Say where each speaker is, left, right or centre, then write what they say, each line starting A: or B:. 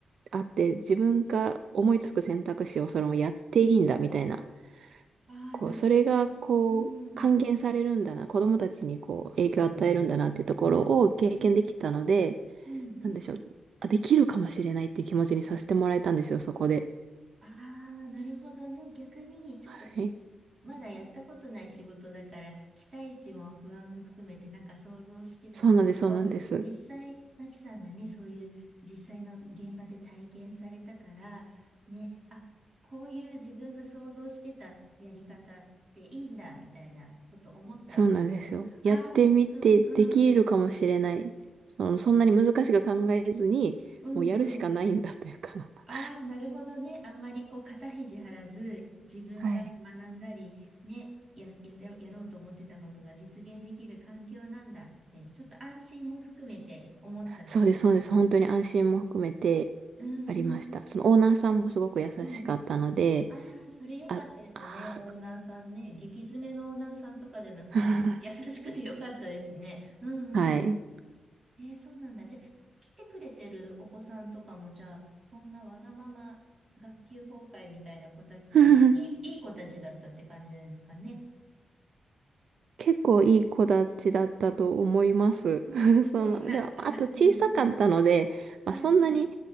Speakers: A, on the right; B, on the right.
A: あって、自分が思いつく選択肢をそれをやっていいんだ、みたいな、
B: ああー、
A: こう、
B: なるほどね。
A: それが、こう、
B: うん、
A: 還元されるんだな、子供たちに、こう、影響を与えるんだなっていうところを経験できたので、
B: うん、うん。
A: なんでしょう。あ、できるかもしれないっていう気持ちにさせてもらえたんですよ、そこで。
B: ああ、なるほどね。逆に、ちょっと、
A: はい。
B: まだやったことない仕事だから、期待値も不安も含めてなんか想像してたけど、
A: そうなんです、そうなんです。
B: 実際、マキさんがね、そういう実際の現場で体験されたから、ね、あ、こういう自分が想像してたやり方っていいんだ、みたいなこと思ったみたいなこと。
A: そうなんですよ。
B: ああ、
A: やってみてできるかもしれない。
B: うん、うん。
A: その、そんなに難しく考えずに、
B: おーうん、
A: もうやるしかないんだというか。
B: うん。
A: <laughs>
B: ああ、なるほどね。あんまりこう肩肘張らず、自分が学んだり、
A: はい。
B: ね、や、やってろ、やろうと思ってたことが実現できる環境なんだって、ちょっと安心も含めて思ったってことなんです。
A: そうです、そうです。本当に安心も含めて
B: うんうん、
A: ありました。そのオーナーさんもすごく優しかったので、
B: うん。ああ、それ良かったですね。
A: あ、あ
B: オーナーさんね。激詰めのオーナーさんとかじゃなくて、
A: ー
B: 優しくて良かったですね。うんうん。
A: <laughs> はい。
B: えー、そうなんだ。じゃあ、来てくれてるお子さんとかも、じゃあ、そんなわがまま学級崩壊みたいな子たちじゃなくて、
A: <laughs>
B: いい、いい子たちだったって感じなんですかね。
A: 結構いい子たちだったと思います。<laughs>
B: うん、
A: その、
B: な、
A: では、
B: な、
A: あと小さかったので、
B: うん、うん。
A: まあ、
B: はいはい。
A: そんなに、